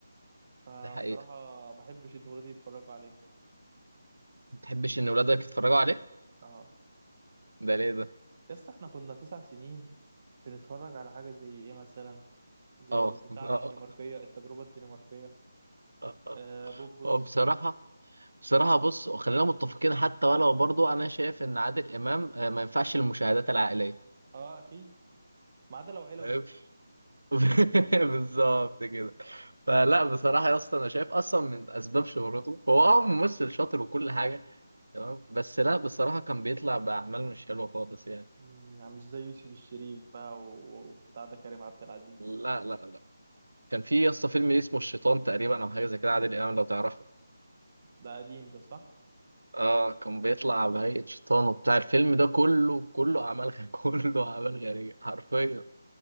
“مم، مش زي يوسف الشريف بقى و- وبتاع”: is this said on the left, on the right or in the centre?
Right